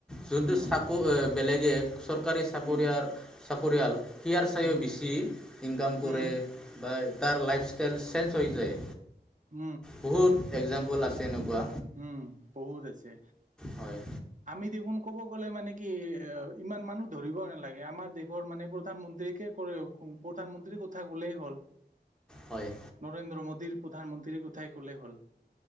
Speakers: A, in the centre; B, on the right.
A: যোনটো
B: উম
A: চাকো বেলেগে চৰকাৰী চাকৰিয়াৰ,
B: উম
A: চাকৰিয়াল হিয়াৰ চাইো
B: উম
A: বেছি ইনকাম কৰে
B: উম
A: বা তাৰ লাইফষ্টাইল চেঞ্জ হৈ যায়
B: উ
A: বহুত একজাম্পল আছে এনেকুৱা।
B: উ'ম বহুত আছে।
A: হয়
B: আমি দেখোন ক'ব গ'লে মানে কি অ' ইমান মানুহ ধৰিব নালাগে। আমাৰ দেশৰ মানে প্ৰধান প্ৰধানমন্ত্ৰী কে কৰে প্ৰধানমন্ত্ৰীৰ কথা কলেই হ'ল
A: হয়
B: নৰেন্দ্ৰ মোদীৰ প্ৰধানমন্ত্ৰীৰ কথাই কলে হ'ল।